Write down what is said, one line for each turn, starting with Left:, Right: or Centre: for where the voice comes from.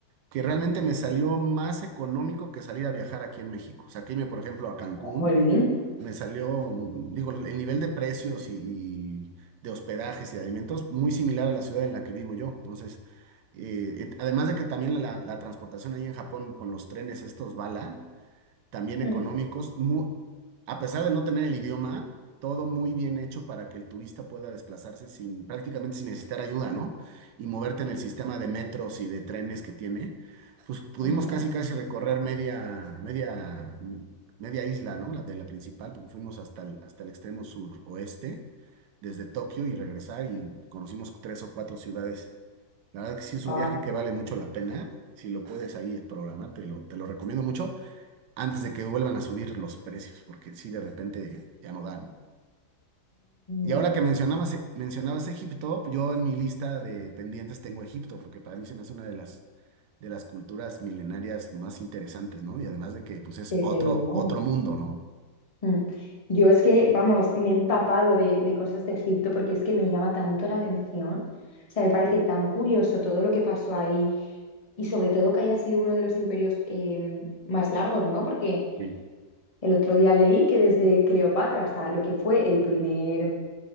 Right: que realmente me salió más económico que salir a viajar aquí en México. O sea, que irme, por ejemplo, a Cancún
Left: Jolín.
Right: Me salió, mm, digo, el nivel de precios y, y de hospedajes y de alimentos muy similar a la ciudad en la que vivo yo. Entonces, eh, et- además de que también la, la transportación ahí en Japón con los trenes estos bala, también económicos,
Left: Mm,
Right: mu- a pesar de no tener el idioma, todo muy bien hecho para que el turista pueda desplazarse sin, prácticamente sin necesitar ayuda, ¿no? Y moverte en el sistema de metros y de trenes que tiene. Pues pudimos
Left: ostras.
Right: casi casi recorrer media, media, media isla, ¿no? La de la principal, porque fuimos hasta el, hasta el extremo suroeste, desde Tokio y regresar y conocimos tres o cuatro ciudades. La verdad que sí es
Left: Wow.
Right: un viaje que vale mucho la pena. Si lo puedes ahí programar, te lo, te lo recomiendo mucho antes de que vuelvan a subir los precios, porque sí, de repente ya no da, ¿no? Y
Left: ya.
Right: ahora que mencionabas, eh, mencionabas Egipto, yo en mi lista de pendientes tengo Egipto, porque para mí se me hace una de las, de las culturas milenarias más interesantes, ¿no? Y además de que pues es
Left: Desde
Right: otro,
Left: luego.
Right: otro mundo, ¿no?
Left: Mm. Yo es que, vamos, me he empapado de, de cosas de Egipto porque es que me llama tanto la atención. O sea, me parece tan curioso todo lo que pasó ahí y sobre todo que haya sido uno de los imperios em, más largos, ¿no? Porque
Right: Sí.
Left: el otro día leí que desde Cleopatra hasta lo que fue el primer,